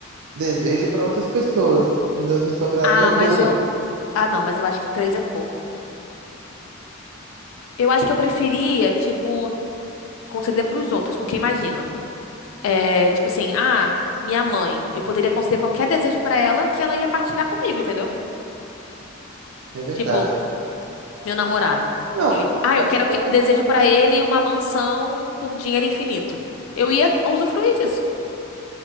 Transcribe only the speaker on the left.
Ah, mas
eu. Ah, não, mas eu acho que três é pouco. Eu acho que eu preferia, tipo, conceder pros outros, porque imagina. É, tipo assim, ah, minha mãe. Eu poderia conceder qualquer desejo pra ela que ela ia partilhar comigo, entendeu?
Tipo, meu namorado.
Eu- ah, eu
quero que
desejo pra ele uma mansão com dinheiro infinito. Eu ia usufruir disso.